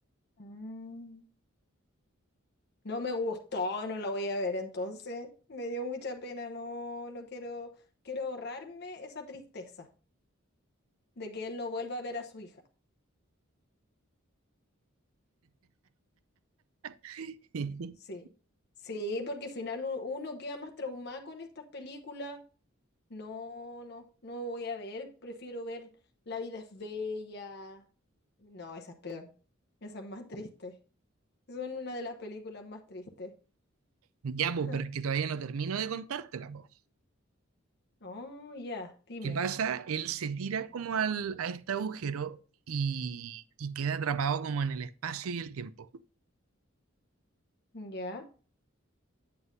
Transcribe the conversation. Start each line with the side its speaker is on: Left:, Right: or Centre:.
Left: Mm. No me gustó, no la voy a ver entonces. Me dio mucha pena, no, no quiero, quiero ahorrarme esa tristeza de que él no vuelva a ver a su hija.
Right: <laughs>
Left: Sí. Sí, porque al final u- uno queda más traumado con estas películas. No, no, no voy a ver, prefiero ver La vida es bella. No, esa es peor. Esa es más triste. Son una de las películas más tristes.
Right: Ya, pues,
Left: <laughs>
Right: pero es que todavía no termino de contártela, po.
Left: Oh, ya, dime.
Right: ¿Qué pasa? Él se tira como al, a este agujero y, y queda atrapado como en el espacio y el tiempo.
Left: Ya.